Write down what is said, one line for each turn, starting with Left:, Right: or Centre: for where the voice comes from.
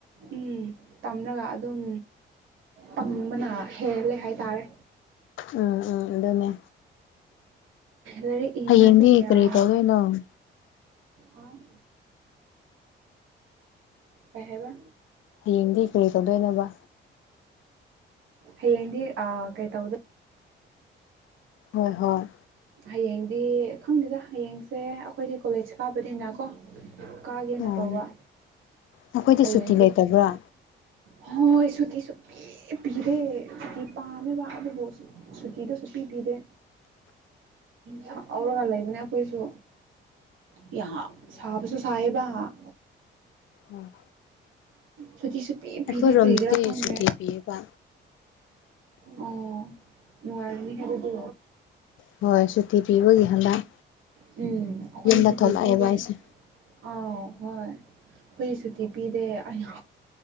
Right: ꯎꯝ ꯇꯝꯔꯒ ꯑꯗꯨꯝ ꯄꯪꯕꯅ ꯍꯦꯜꯂꯦ ꯍꯥꯏꯇꯥꯔꯦ
Left: ꯎꯝ ꯎꯝ ꯑꯗꯨꯅꯦ
Right: ꯂꯥꯏꯔꯤꯛ ꯏꯅꯉꯥꯏꯁꯨ
Left: ꯍꯌꯦꯡꯗꯤ
Right: ꯃꯌꯥꯝ
Left: ꯀꯔꯤ ꯇꯧꯗꯣꯏꯅꯣ
Right: ꯥꯎ ꯀꯩꯍꯕ
Left: ꯍꯌꯦꯡꯗꯤ ꯀꯔꯤ ꯇꯧꯗꯣꯏꯅꯣꯕ
Right: ꯍꯌꯦꯡꯗꯤ ꯀꯩ ꯇꯧꯗ
Left: ꯍꯣꯏ ꯍꯣꯏ
Right: ꯍꯌꯦꯡꯗꯤ ꯈꯪꯗꯦꯗ ꯍꯌꯦꯡꯁꯦ ꯑꯩꯈꯣꯏꯗꯤ ꯀꯣꯂꯦꯖ ꯀꯥꯕꯅꯤꯅ ꯀꯣ ꯀꯥꯒꯦꯅ
Left: ꯎꯝ
Right: ꯇꯧꯕ
Left: ꯑꯩꯈꯣꯏꯗꯤ
Right: ꯍꯥꯏ
Left: ꯁꯨꯇꯤ
Right: ꯍꯥꯏꯁꯨ
Left: ꯂꯩꯇꯕ꯭ꯔꯥ
Right: ꯍꯣꯏ ꯁꯨꯇꯤꯁꯨ ꯄꯤꯗꯦ ꯁꯨꯇꯤ ꯄꯥꯝꯃꯤꯕ ꯑꯗꯨꯕꯨ ꯁꯨꯇꯤꯗꯨꯁꯨ ꯄꯤꯕꯤꯗꯦ ꯁꯥꯎꯔꯒ ꯂꯩꯕꯅꯦ ꯑꯩꯈꯣꯏꯁꯨ ꯌꯥꯝ ꯁꯥꯕꯁꯨ ꯁꯥꯏꯌꯦꯕ
Left: ꯎꯝ
Right: ꯁꯨꯇꯤ ꯁꯨ
Left: ꯑꯩꯈꯣꯏꯔꯣꯝꯗꯗꯤ
Right: ꯄꯤꯗꯦ ꯄꯤꯒꯦꯔ ꯈꯪꯗꯦ
Left: ꯁꯨꯇꯤ ꯄꯤꯌꯦꯕ
Right: ꯑꯣ ꯅꯨꯡꯉꯤꯏꯔꯅꯤꯍꯦ ꯗꯨꯗꯤ
Left: ꯍꯣꯏ ꯁꯨꯇꯤ ꯄꯤꯕꯒꯤ ꯍꯟꯗꯛ
Right: ꯎꯝ ꯑꯩꯈꯣꯏꯗꯤ
Left: ꯌꯨꯝꯗ
Right: ꯁꯨꯇꯤ
Left: ꯊꯣꯛꯂꯛꯑꯦꯕ
Right: ꯄꯤꯗꯦ
Left: ꯑꯩꯁꯦ
Right: ꯑꯥꯎ ꯍꯣꯏ ꯑꯩꯈꯣꯏ ꯁꯨꯇꯤ ꯄꯤꯗꯦ ꯑꯩ